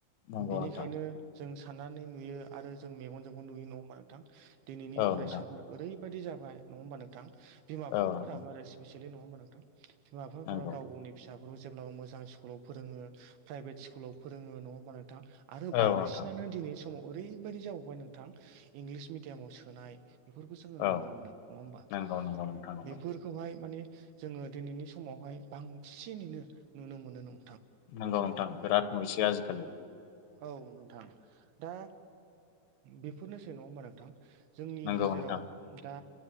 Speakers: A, on the left; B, on the right.
A: नंगौ
B: बेनिखायनो
A: नोंथां
B: जों साननानै नुयो आरो जों मेगनजोंबो नुयो नङा होमबा नोंथां? दिनैनि
A: औ
B: फरायसा
A: नोंथां
B: ओरैबायदि जाबाय नङा होमबा नोंथां बिमा बिफाफोराबो
A: औ नोंथां
B: आरो स्पेसियेलि नङा होमबा नोंथां? बिमा बिफाफोरा
A: नंगौ
B: गाव गावनि फिसाफोरखौ जेब्लाबो मोजां स्कुलाव फोरोंङो प्राइभेट स्कुलाव फोरोंङो नङा होनबा नों नोंथां आरो
A: औ
B: बांसिनानो
A: नोंथां
B: दिनैनि समाव ओरैबायदि जाबावबाय नोंथां इंलिस मिडियामाव सोनाय बेफोरखौ जोंङो नुनो
A: औ
B: मोनो नङा होमबा?
A: नंगौ नंगौ नोंथां नंगौ
B: बेफोरखौहाय मानि जोङो दिनैनि समावहाय बांसिनैनो नुनो मोनो न
A: नंगौ नोंथां बिराद नुसै आजिखालि।
B: औ नोंथां। दा बेफोरनोसै नङा होमबा नोंथां? जोंनि
A: नंगौ
B: गेजेराव
A: नोंथां
B: दा